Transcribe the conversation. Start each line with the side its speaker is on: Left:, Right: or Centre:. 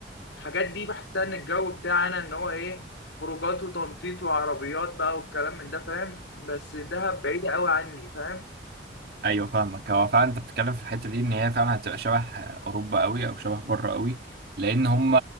Left: الحاجات دي بحسها ان الجو بتاعنا ان هو ايه خروجات وتنطيط وعربيات بقى والكلام من ده فاهم بس دهب بعيدة قوي عني فاهم
Right: ايوه فاهمك هو فعلا انت بتتكلم في الحته دي ان هي فعلا هتبقى شبه اوروبا قوي او شبه بره قوي لان هم